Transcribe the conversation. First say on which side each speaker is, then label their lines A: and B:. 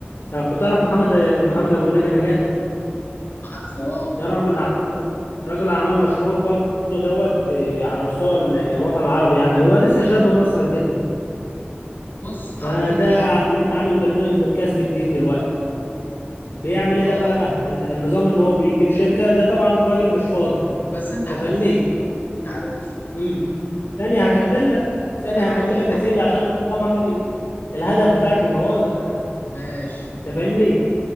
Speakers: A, on the left; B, on the left.
A: لو تعرف محمد محمد ابو النجا نجاتي
B: عارفه اه
A: ده رجل اعمال رجل اعمال مشهور برضه دوت آه، على مستوى ال- الوطن العربي يعني هو لسه شاب مصري كده
B: بص
A: فده
B: على فكرة يعني
A: ع- لسه عامل برنامج بودكاست جديد دلوقتي بيعمل ايه
B: اه
A: ده بقى الن- النظام ان هو بيجيب شركة ده طبعا الراجل مش فاضي
B: بس انت
A: انت
B: عارف
A: فاهمني
B: انت عارف
A: امم ثانية هكمل لك ثانية
B: انا
A: هكمل
B: عايز افتح
A: لك يا سيدي عشان اوضحك ال- الهدف بتاعك يبقى واضح
B: ماشي
A: انت فاهمني